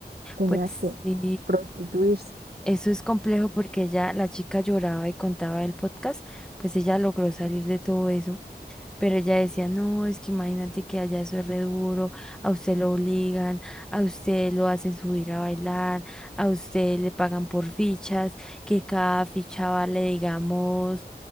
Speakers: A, on the right; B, in the centre.
A: tenía
B: pues
A: que
B: sí.
A: prostituirse.
B: Eso es complejo porque ella, la chica lloraba y contaba el podcast, pues ella logró salir de todo eso. Pero ella decía, no, es que imagínate que allá eso es re duro, a usted lo obligan, a usted lo hacen subir a bailar, a usted le pagan por fichas, que cada ficha vale, digamos,